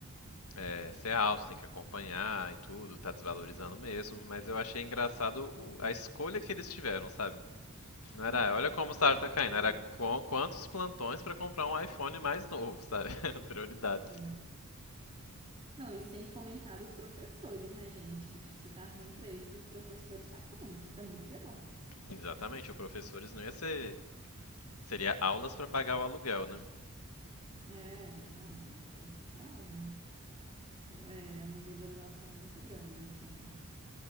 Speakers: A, on the left; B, on the right.
A: é, ser alto, tem que acompanhar e tudo, tá desvalorizando mesmo, mas eu achei engraçado o- a escolha que eles tiveram, sabe? Não era,
B: Uhum.
A: olha como o salário
B: Tudo
A: tá caindo,
B: foi,
A: era
B: né?
A: qu- quantos plantões pra comprar um iPhone mais novo, sabe? <laughs> Prioridades.
B: Sim. Não, e sem comentar dos professores, né, gente? Que, tipo, se tá ruim pra eles, os professores tá como? Tá muito pior.
A: Exatamente, o professores não ia ser Seria aulas pra pagar o aluguel, né?
B: É, não, é, é surreal, né? Eu- É, é uma desvalorização muito grande, assim.